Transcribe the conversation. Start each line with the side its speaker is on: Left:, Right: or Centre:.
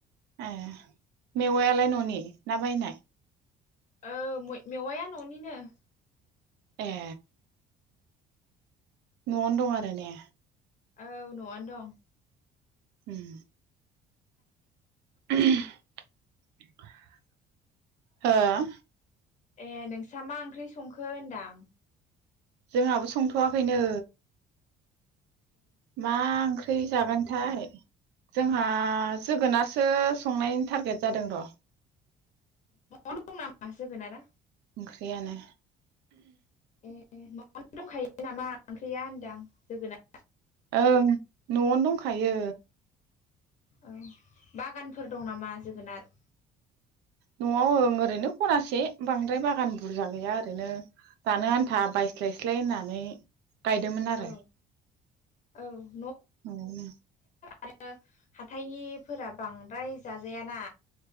Right: ए मेवायालाय न'नि ना बायनाय
Left: औ मेवाया न'निनो
Right: ए न'आवनो दं आरो ने
Left: औ न'आनो दं
Right: उम हो
Left: ए नोंस्रा मा ओंख्रि संखो होनदां
Right: जोंहाबो संथ'वाखैनो मा ओंख्रि जागोनथाय जोंहा जोगोनार सो संनायनि टारगेट जादों र'
Left: न'आवनो दं नामा जोगोनारा
Right: ओंख्रियानो
Left: ए माबानो दंखायो नामा ओंख्रिया होनदां जोगोना
Right: ओं न'आवनो दंखायो
Left: ओ बागानफोर दं नामा जोगोनार
Right: न'आव ओं ओरैनो खनासे बांद्राय बागान बुरजा गैया ओरैनो जानो आन्था बायस्लाय-स्लाय होननानै गायदोमोन आरो
Left: औ औ
Right: न'आवनो
Left: आरो हाथायनिफोरा बांद्राय जाजायाना